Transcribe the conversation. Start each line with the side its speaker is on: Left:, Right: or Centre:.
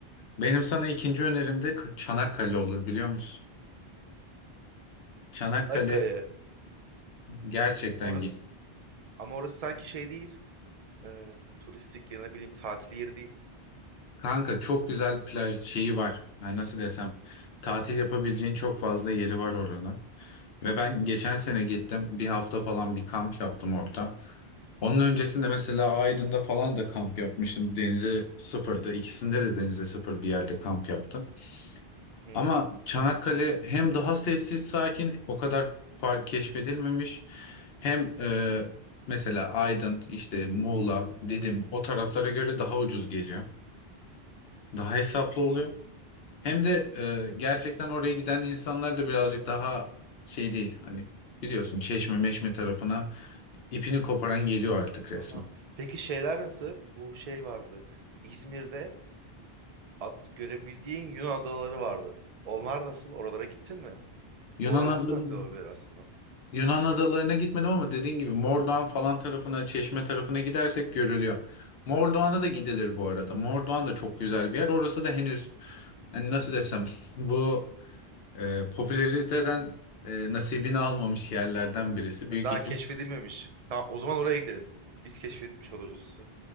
Left: benim sana ikinci önerim de K- Çanakkale olur biliyor musun? Çanakkale
Right: Akkaya.
Left: gerçekten
Right: Orası
Left: git.
Right: ama orası sanki şey değil. e, turistik ya ne bileyim tatil yeri değil.
Left: Kanka çok güzel plaj şeyi var. Yani nasıl desem tatil yapabileceğin çok fazla yeri var orada. Ve ben geçen sene gittim. Bir hafta falan bir kamp yaptım orada. Onun öncesinde mesela Aydın'da falan da kamp yapmıştım. Denize sıfırdı. İkisinde de denize sıfır bir yerde kamp yaptım.
Right: Hı hı.
Left: Ama Çanakkale hem daha sessiz sakin o kadar fark keşfedilmemiş. Hem e, mesela Aydın işte Muğla, Didim o taraflara göre daha ucuz geliyor. Daha hesaplı
Right: Aa,
Left: oluyor. Hem de e, gerçekten oraya giden insanlar da birazcık daha şey değil. Hani biliyorsun Çeşme Meşme tarafına ipini koparan geliyor artık resmen.
Right: aha. Peki şeyler nasıl? Bu şey vardı. İzmir'de ad- görebildiğin Yunan adaları vardı. Onlar nasıl? Oralara gittin mi?
Left: Yunan
Right: Oralarda
Left: adalarına,
Right: da tatil olabilir aslında.
Left: Yunan adalarına gitmedim ama dediğin gibi Mordoğan falan tarafına, Çeşme tarafına gidersek görülüyor. Mordoğan'a da gidilir bu arada. Mordoğan da çok güzel bir yer. Orası da henüz hani nasıl desem <laughs> bu e, popülariteden e, nasibini almamış yerlerden birisi. Büyük
Right: Daha
Left: ihtimal
Right: keşfedilmemiş. Tamam, o zaman oraya gidelim. Biz keşfetmiş oluruz.